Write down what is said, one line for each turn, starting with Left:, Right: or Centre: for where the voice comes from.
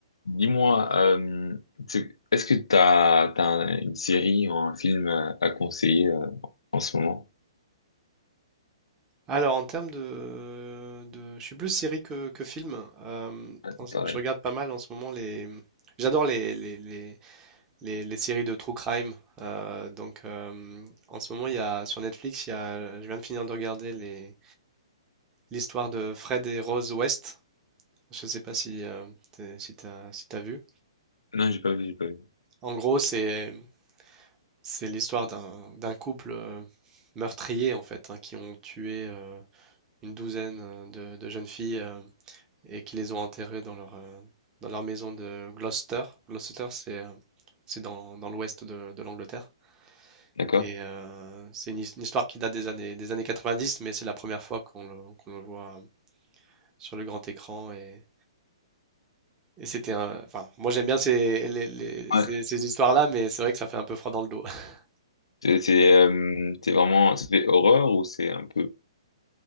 Left: Dis-moi, euh, tu- est-ce que t'as, t'as un- une série ou un film euh, à conseiller euh, en ce moment?
Right: Alors, en termes de, de- Je suis plus série que, que film. Euh,
Left: Ouais,
Right: en ce-
Left: Pareil.
Right: je regarde pas mal en ce moment les... J'adore les, les, les, les- les séries de true crime. Euh, donc, euh, en ce moment, il y a, sur Netflix, il y a, je viens de finir de regarder les, l'histoire de Fred et Rose West. Je sais pas si, euh, t'es- si t'as, si t'as vu.
Left: Non, j'ai pas vu, j'ai pas vu.
Right: En gros, c'est, c'est l'histoire d'un, d'un couple euh, meurtrier, en fait, hein, qui ont tué euh, une douzaine euh, de, de jeunes filles. euh, et qui les ont enterrés dans leur, euh, dans leur maison de Gloucester. Gloucester, c'est euh, c'est dans, dans l'ouest de, de l'Angleterre.
Left: D'accord.
Right: Et euh, c'est une, his- une histoire qui date des années, des années 90, mais c'est la première fois qu'on le, qu'on le voit sur le grand écran. Et, et c'était un- Enfin, moi j'aime bien ces, les- les-
Left: Ouais.
Right: ces, ces histoires-là, mais c'est vrai que ça fait un peu froid dans le dos. <laughs>
Left: C'est, c'est, euh, c'est vraiment, ça fait horreur ou c'est un peu,